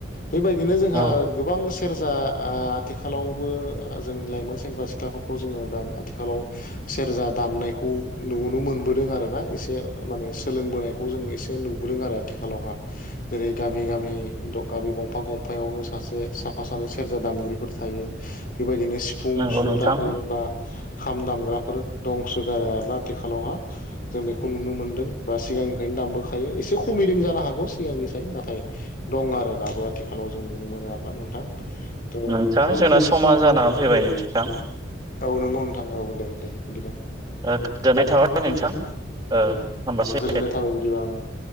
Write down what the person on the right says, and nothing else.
औ
नंगौ
नोंथां
नोंथां
जोंना समा जानानै फैबाय नोंथां।
ओ-गोजोननाय थाबाय नोंथां। ओ-हामबायसै।